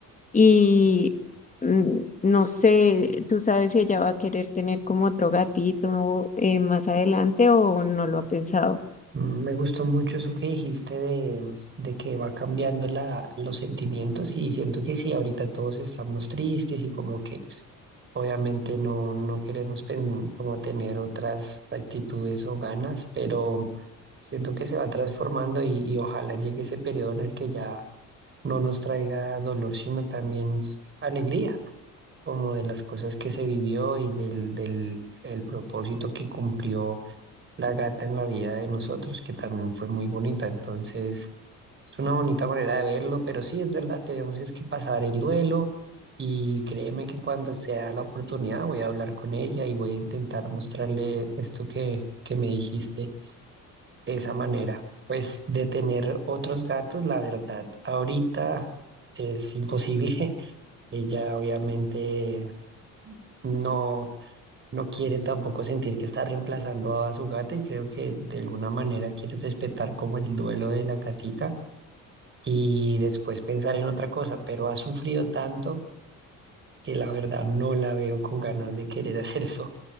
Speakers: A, on the left; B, on the right.
A: y mm, no sé, tú sabes si ella va a querer tener como otro gatito eh, más adelante o no lo ha pensado.
B: Mm, Me gustó mucho eso que dijiste de, de que va cambiando la, los sentimientos y siento que sí, ahorita todos estamos tristes y como que Obviamente no, no queremos pen- como tener otras actitudes o ganas, pero siento que se va transformando y, y ojalá llegue ese periodo en el que ya no nos traiga dolor, sino también alegría, como de las cosas que se vivió y del, del el propósito que cumplió la gata en la vida de nosotros, que también fue muy bonita. Entonces, es una bonita manera de verlo, pero sí, es verdad, tenemos es que pasar el duelo y créeme que cuando sea la oportunidad voy a hablar con ella y voy a intentar mostrarle esto que, que me dijiste de esa manera. Pues de tener otros gatos, la verdad, ahorita es imposible. <laughs> Ella obviamente no no quiere tampoco sentir que está reemplazando a su gata y creo que de alguna manera quiere respetar como el duelo de la gatica y después pensar en otra cosa, pero ha sufrido tanto que la verdad no la veo con ganas de querer <laughs> hacer eso.